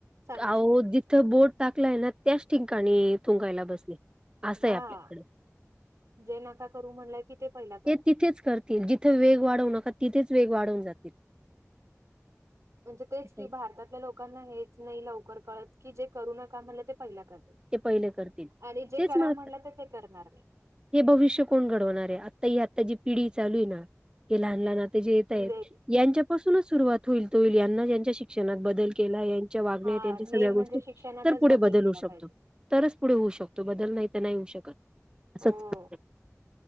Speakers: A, on the right (about 65°); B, on the right (about 15°).
A: सांगू
B: आहो
A: शकत नाही
B: जिथं
A: आपण.
B: बोट टाकलाय ना त्याच ठिकाणी थुंकायला बसले असं
A: हां
B: आहे आपल्याकडे.
A: जे नका करू म्हणलंय कि ते पहिला करतात.
B: तिथेच करतील जिथे वेग वाढवू नका तिथेच वेग वाढवून जातील.
A: म्हणजे तेच
B: असं
A: की
B: आहे
A: भारतातल्या लोकांना हेच नाही लवकर कळत की जे करू नका म्हणलं ते पहिला कर
B: ते पहिले करतील.
A: आणि जे
B: तेच
A: करा
B: मला
A: म्हणलं तर ते करणार नाही.
B: हे भविष्य कोण घडवणार आहे, आता ही आत्ताची पिढी चालू आहे ना हे लहान लहान आता जे येत
A: नाही.
B: आहेत. यांच्यापासूनच सुरुवात होईल होईल यांना यांच्या शिक्षणात बदल केलाय त्यांच्या वागण्यात,
A: हा
B: त्यांच्या सगळ्या
A: मेन
B: गोष्टी
A: म्हणजे शिक्षणातच
B: तर पुढे बदल
A: केला
B: होऊ शकतो.
A: पाहिजे.
B: तरच पुढे होऊ शकतो बदल नाही तर नाही होऊ शकत
A: हो
B: असच